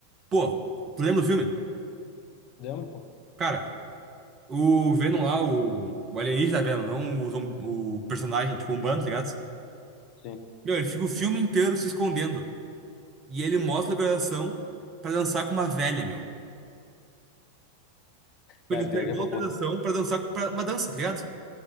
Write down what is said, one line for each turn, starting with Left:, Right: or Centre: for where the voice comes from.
Right: Pô, tu lembra do filme?
Left: Lembra, pô?
Right: Cara, o Venom lá, o, o alienígena Venom, não o, zom- o personagem, tipo, um bando, tá ligado?
Left: Sim.
Right: Meu, ele fica o filme inteiro se escondendo. E ele mostra a localização pra dançar com uma velha, meu. Tipo,
Left: Cara,
Right: Ele entregou
Left: pior que é papo.
Right: a localização
Left: reto.
Right: pra dançar com- pra uma dança, tá ligado?